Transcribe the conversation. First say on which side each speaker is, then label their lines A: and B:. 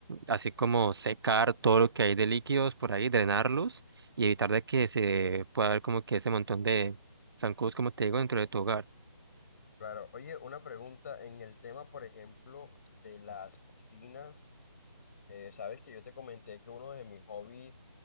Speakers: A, on the right (about 65°); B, on the left (about 35°).
A: así como secar todo lo que hay de líquidos por ahí, drenarlos y evitar de que se pueda ver como que ese montón de zancudos, como te digo, dentro de tu hogar.
B: Claro, oye, una pregunta en el tema, por ejemplo, de las piscinas. eh, sabes que yo te comenté que uno de mis hobbies